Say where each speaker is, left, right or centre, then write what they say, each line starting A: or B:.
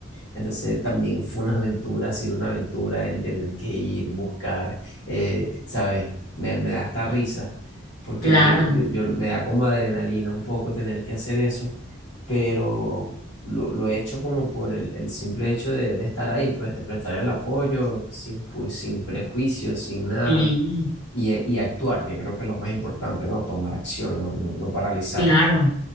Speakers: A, on the left (about 65°); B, on the left (about 45°).
A: Entonces también fue una aventura, ha sido una aventura el tener que ir, buscar, eh, ¿sabes? Me, me da hasta risa porque
B: Claro.
A: yo, yo, yo- me da como adrenalina un poco tener que hacer eso, pero lo, lo he hecho como por el, el simple hecho de, de estar ahí, pues de prestar el apoyo, sin, ju- sin prejuicios, sin nada,
B: Sí,
A: y, y actuar, que creo que es lo más importante, ¿no? Tomar acción, no, no, no paralizarte.
B: claro.